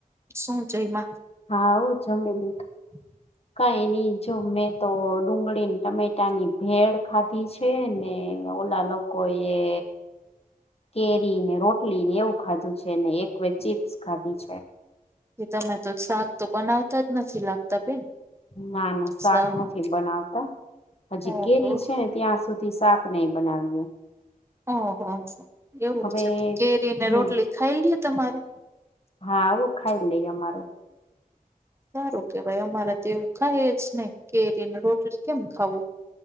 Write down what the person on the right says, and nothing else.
શું છે એમાં
<inaudible>
એ તમે તો શાક તો બનાવતા જ નથી લાગતા બેન
સા
ઓહો
ઓહ એવું
છે કેરીને
રોટલી ખાઈ લઈ તમારે
સારું કેવાય અમારે તો એવું કાય જ ને કે એરી રોટલી કેમ ખાવું